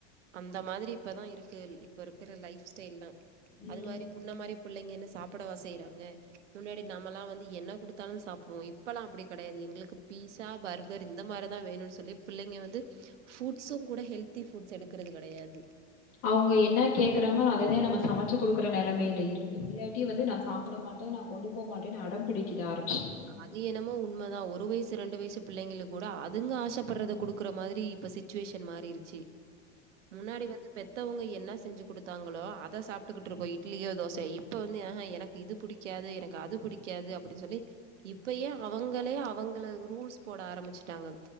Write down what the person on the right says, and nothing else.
அந்த மாரி இப்பதா இருக்கு இப்ப இருக்குற லைஃப் ஸ்டைல்லா
அது மாரி முன்ன மாரி புள்ளைங்க என்ன சாப்புடவா செய்றாங்க முன்னாடி நாம்மல்லா வந்து என்ன குடுத்தாலு சாப்டுவோ இப்பல்லா அப்டி கெடையாது எங்களுக்கு பீஸா பர் கர் இந்த மாரிதா வேணுன் சொல்லி பிள்ளைங்க வந்து ஃபுட்ஸ்சு கூட ஹெல்தி ஃபுட்ஸ் எடுக்கறது கெடையாது
அ அது என்னமோ உண்மதா ஒரு வயசு ரெண்டு வயசு பிள்ளைங்களுக்கு கூட அதுங்க ஆசப்பற்றத குடுக்குற மாதிரி இப்ப சி சுச்சுவேஷன் மாறிருச்சு
முன்னாடி வந்து பெத் த்தவுங்க என்னா செஞ்சு குடுத்தாங்களோ அத சாப்ட்டுக்கிட்டு இருப்போ இட்லியோ தோசயோ இப்ப வந்து ஆஹ எனக்கு இது புடி க்காது எனக்கு அது புடிக்காது அப்புடின் சொல்லி இப்பயே அவங்களே அவங்கள ரூல்ஸ் போட ஆரம்பிச்சுட்டாங்க